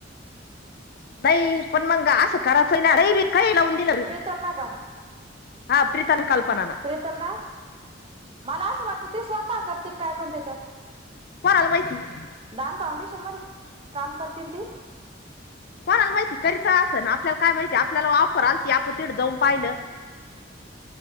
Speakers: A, on the left; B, on the right.
A: नाही पण मंग असं करायचं ही नाय, काय बी काही लावून दिलं
B: त्यांना ना का?
A: हां, प्रीता अनं कल्पना नं
B: प्रीतल ना मला असं वाटतं ती स्वतः करती काय कोण त्याच्यात.
A: सराला माहिती <unintelligible>
B: दान फाउंडेशन मध्ये काम करते ना ती.
A: कोणाला माहिती करीता असं ना आपल्याला काय माहिती आपल्याला ऑफर आलती आपण तिडं जाऊन पाहिलं.